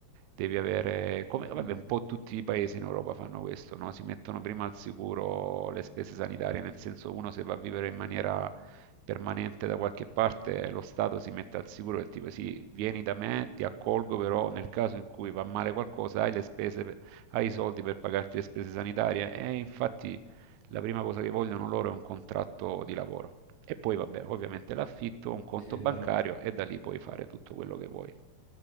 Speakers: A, on the right; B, on the right.
A: Devi avere, come vabbè,
B: Mm,
A: un po' tutti i paesi in Europa fanno questo, no? Si mettono prima al sicuro le spese sanitarie, nel senso uno se va a vivere in maniera permanente da qualche parte, lo Stato si mette al sicuro del tipo sì, vieni da me, ti accolgo, però nel caso in cui va male qualcosa hai le spese, per- hai i soldi per pagarti le spese sanitarie e infatti la prima cosa che vogliono loro è un contratto di lavoro. E poi, vabbè, ovviamente l'affitto, un conto
B: sì, è
A: bancario
B: vero.
A: e da lì puoi fare tutto quello che vuoi.